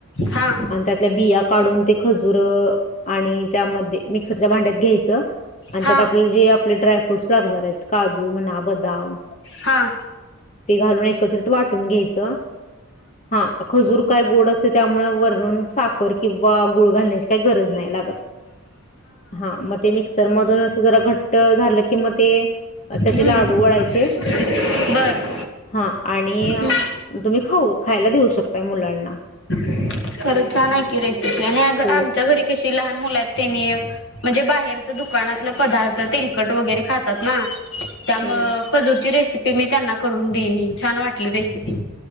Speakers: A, on the left (about 55°); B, on the left (about 30°).
A: हा
B: आणि त्यात. बिया काढून ते खजूर आणि त्यामध्ये मिक्सरच्या भांड्यात घ्यायचं. आणि
A: हा
B: त्यात आपले जे आपले ड्रायफ्रूट्स लागणार आहेत काजू म्हणा बदाम-
A: हा
B: ते घालून एकत्रित वाटून घ्यायचं हा खजूर कायं गोड असं. त्यामुळे वरून साखर किंवा गुळ घालण्याची काही गरज नाही लागतं. हा मगं ते मिक्सर मधून असं जरा घट्ट झालं की मगं ते, त्याचे
A: हम्म
B: लाडू वळायचे.
A: बर
B: हा आणि
A: हम्म
B: तुम्ही खाऊ खायला देऊ शकतायं मुलांना.
A: खरं छान आहे की रेसिपी आणि अगं
B: हो
A: आमच्या घरी कशी लहान मुल आहेत. त्यानी म्हणजे बाहेरच दुकानातलं पदार्थ तेलकट वगैरे खातात ना. त्यामुळ
B: ह
A: खजूरची रेसिपी मी त्यांना करून देईन छान वाटली रेसिपी.